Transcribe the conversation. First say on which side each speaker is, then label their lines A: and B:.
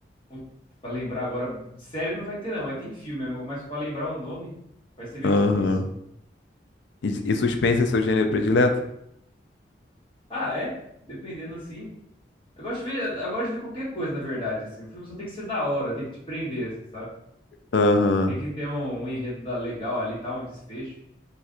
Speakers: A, on the left (about 25°); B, on the left (about 75°).
A: Putz, pra lembrar agora. De série não vai ter, não, mas tem filme mesmo. Mas pra lembrar o nome, vai ser meio
B: Aham.
A: difícil.
B: E, e suspense é seu gênero predileto?
A: Ah, é? Dependendo, assim. Eu gosto de ver, eu gosto de ver qualquer coisa, na verdade, assim. O filme só tem que ser da hora, tem que te prender, assim, sabe?
B: Aham.
A: Tem que ter um, um enredo da- legal ali, tá? Um desfecho.